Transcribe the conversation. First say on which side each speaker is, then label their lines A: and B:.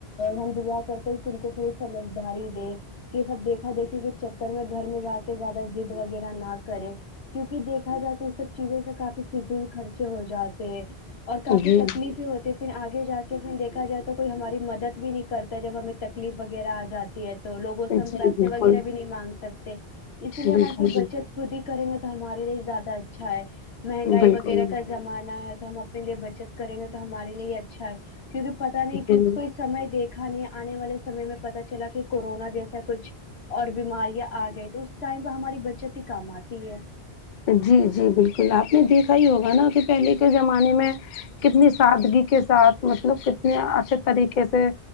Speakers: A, on the left; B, on the left.
A: ہاں دعا کرتے کہ ان کو تھوڑی سمجھداری دے کہ سب دیکھا دیکھی کے چکر میں گھر میں جا کے زیادہ ضد وغیرہ نہ کرے کیونکہ دیکھا جائے تو یہ سب چیزوں سے کافی فضول خرچے ہو جاتے اور کافی
B: جی
A: تکلیفئیں ہو ٹی پھر آگے جا کے پھر دیکھا جائے تو کوئی ہماری مدد بھی نہیں کرتا ہے جب ہمیں تکلیف وغیرہ آ جاتی ہے تو لوگوں
B: جی
A: سے ہم پیسے
B: بالکل
A: وغیرہ بھی نہیں مانگ سک تے اسی لیے
B: بالکل
A: ہم اپنی بچت خود ہی کریں گے تو ہمارے لیے زیادہ اچھا ہے مہنگائی
B: بالکل
A: وغیرہ کا زمانہ ہے تو ہم اپنے لیے بچت کریں گے تو ہمارے لیے ہی اچھا ہے کیونکے پتہ نہیں کس
B: جی
A: کو اس سمے دیکھا نہیں انے والے سمے میں پتہ چلا کے کرونا جیسا کچھ اور بیماریاں آ گئے تو اس ٹائم پہ ہماری بچت ہی کام آتی ہے
B: جی جی بالکل آپ نے دیکھا ہی ہوگا نا کہ پہلے کے زمانے میں کتنی سادگی کے ساتھ مطلب کتنے اچھے طریقے سے